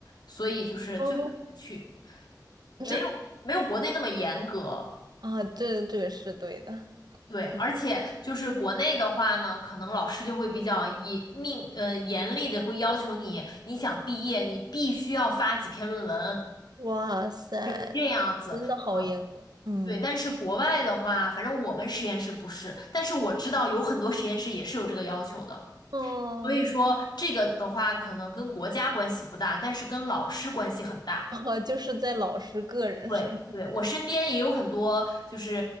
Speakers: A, on the left; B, on the right.
A: 所以就是最好还是去。
B: 嗯，<laughs>
A: 没有没有国内那么严格，
B: 啊，这这个是对的，
A: 对，
B: 嗯，
A: 而且就是国内的话呢，可能老师就会比较严命呃严厉的会要求你，你想毕业，你必须要发几篇论文，
B: 哇塞，
A: 就是这样子，
B: 真的好严格，
A: 嗯，
B: 嗯，
A: 对。但是国外的话，反正我们实验室不是，但是我知道有很多实验室也是有这个要求的，
B: 哦，
A: 所以说这个的话可能跟国家关系不大，但是跟老师关系很大。
B: 啊，就是在老师个人身上，
A: 对对，我身边也有很多，就是